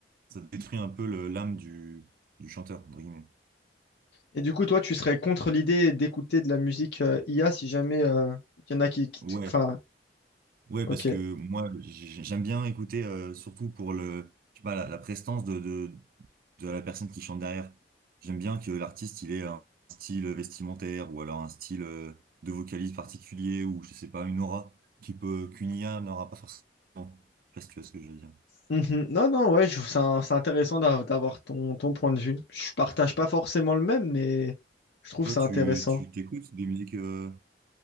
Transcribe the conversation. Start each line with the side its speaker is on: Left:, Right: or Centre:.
Right: ça détruit un peu le- l'âme du, du chanteur, entre guillemets.
Left: Et du coup, toi, tu serais contre l'idée d'écouter de la musique euh, IA si jamais euh, il y en a qui... qui-
Right: Ouais,
Left: Enfin,
Right: Ouais,
Left: ok.
Right: parce que moi, j'ai- j'aime bien écouter, euh, surtout pour le, je sais pas, la, la prestance de, de, de la personne qui chante derrière. J'aime bien que l'artiste, il ait un style vestimentaire ou alors un style euh, de vocalise particulier ou, je sais pas, une aura qui peut, qu'une IA n'aura pas forcément. Je sais pas si tu vois ce que je veux dire.
Left: Mhm. Non, non, ouais, je trouve ça, c'est intéressant d'a- d'avoir ton, ton point de vue. Je partage pas forcément le même, mais je trouve
Right: Toi,
Left: ça
Right: tu,
Left: intéressant.
Right: tu t'écoutes des musiques, euh,